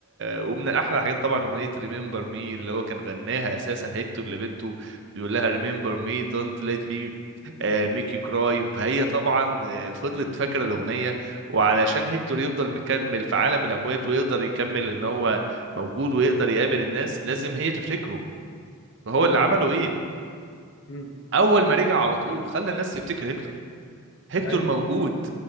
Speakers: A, on the right; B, on the left.
A: ومن الاحلى الحاجات طبعا اغنيه ريمبر مي اللي هو كان غناها
B: آه،
A: اساسا هيكتور لبنته بيقول لها ريمبر
B: دي حقيقة
A: مي دونت ليت مي ميك يو كراي فهي طبعا آه، فضلت فاكره الاغنيه وعلشان هيكتور يفضل مكمل في عالم الاموات ويقدر يكمل ان هو موجود ويقدر يقابل الناس لازم هي تفتكره فهو
B: مم.
A: اللي عمله ايه
B: مم.
A: اول ما رجع على طول خلى الناس تفتكر هيكتور هيكتور
B: ايوه
A: موجود